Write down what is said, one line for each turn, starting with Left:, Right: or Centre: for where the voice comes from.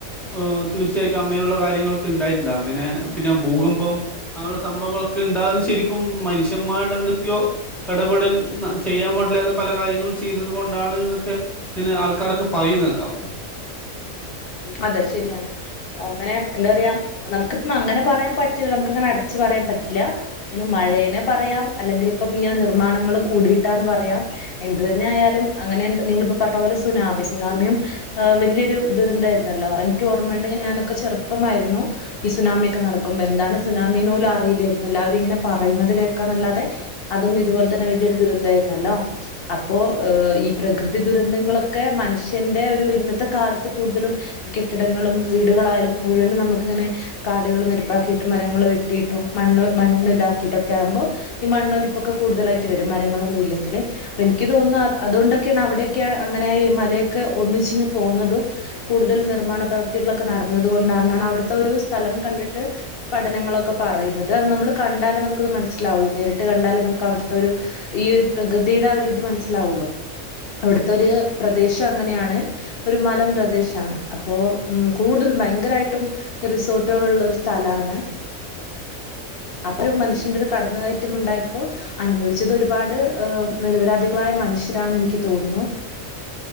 Centre: ഊ തീർച്ചയായിട്ടും അങ്ങനെയുള്ള കാര്യങ്ങളൊക്കെ ഇണ്ടായിട്ടുണ്ട്. അങ്ങനെ പിന്നെ ഭൂകമ്പം, അങ്ങനുള്ള സംഭവങ്ങളൊക്കെ ഉണ്ടാകുന്നത് ശരി ക്കും മനുഷ്യന്മാരുടെ എന്തൊക്കെയോ ഇടപെടൽ, ചെയ്യാൻ പാടില്ലാത്ത- പല കാര്യങ്ങളും ചെയ്തത് കൊണ്ടാണ് എന്നൊക്കെ ഇങ്ങന്നെ ആൾക്കാരൊക്കെ പറയുന്നേക്കാം.
Left: അതെ, ശെരിയാണ്. അങ്ങനെ എന്താ പറയാ നമുക്കിപ്പം അങ്ങനെ പറയാൻ പറ്റില്ല. നമുക്കങ്ങനെ അടച്ചു പറയാൻ പറ്റില്ല. ഇങ്ങനെ മഴേനെ പറയാം, അല്ലെങ്കിൽ ഇപ്പം ഇങ്ങനെ നിർമ്മാണങ്ങള് കൂടീട്ടാന്ന് പറയാം. എന്ത് തന്നെ ആയാലും അങ്ങനെ നിങ്ങളിപ്പോ പറഞ്ഞ പോലെ സുനാമി. സുനാമിയും വല്ല്യൊരു ദുരന്താരു ന്നല്ലോ? എനിക്ക് ഓർമ്മണ്ട്, ഞാനൊക്കെ ചെറുപ്പമായിരുന്നു. ഈ സുനാമിയൊക്കെ നടക്കുമ്പോ. എന്താണ് സുനാമീന്ന് പോലും അറിയില്ലായിരുന്നല്ലോ. അവരിങ്ങനെ പറയുന്നത് കേക്കാന്നല്ലാതെ. അതും ഇതുപോലെ തന്നെ വലിയൊരു ദുരന്തായിരുന്നല്ലോ? അപ്പോ ഏ ഈ പ്രകൃതി ദുരന്തങ്ങളൊക്കെ മനുഷ്യന്റെ ഒരു ഇന്നത്തെ കാലത്ത് കൂടുതലും. കെട്ടിടങ്ങളും വീടുകളായാലും മുഴുവനും നമുക്കിങ്ങനെ. കാടുകൾ നിരപ്പാക്കിയിട്ടും, മരങ്ങള് വെട്ടിയിട്ടും, മണ്ണ് മണ്ണ് ഇതാക്കിട്ടൊക്കെ ആകുമ്പോ. ഈ മണ്ണൊലിപ്പൊക്കെ കൂടുതലായിട്ട് വരും, മരങ്ങളൊന്നും ഇല്ലങ്കില്. അപ്പൊ ഇൻക്ക് തോന്നുന്ന്‌ അതുകൊണ്ടൊക്കെണ് അവിടൊയൊക്കെ അങ്ങനെ ആയി മലയൊക്കെ ഒന്നിച്ചിങ്ങ് പോന്നതും. കൂടുതൽ നിർമ്മാണ പ്രവൃത്തികളൊക്കെ നടന്നത് കൊണ്ടാണെന്നാണ് അവിടുത്തൊരു സ്ഥലം കണ്ടിട്ട്. പഠനങ്ങളൊക്കെ പറയുന്നത്. അത് നമ്മള് കണ്ടാലേ നമുക്കത് മനസ്സിലാവുള്ളൂ. നേരിട്ട് കണ്ടാലേ നമുക്ക് അവിടുത്തെ ഒരു. ഈ ഒരു പ്രകൃതിയുടെ ആ ഒരു ഇത് മനസ്സിലാവുള്ളൂ. അവിടുത്തൊരു പ്രദേശം അങ്ങനെയാണ്. ഒരു മലം പ്രദേശാണ്. അ അപ്പോ ഉം. കൂടുതൽ ഭയങ്കരായിട്ടും റിസോർട്ടുകൾ ഉള്ളൊരു സ്ഥലാണ്. അപ്പൊരു മനുഷ്യന്റെ ഒരു കടന്നുകയറ്റം ഉണ്ടായപ്പോ. അനുഭവിച്ചത് ഒരുപാട് ഏ നിരപരാധികളായ മനുഷ്യരാന്ന് എനിക്ക് തോന്നുന്നു.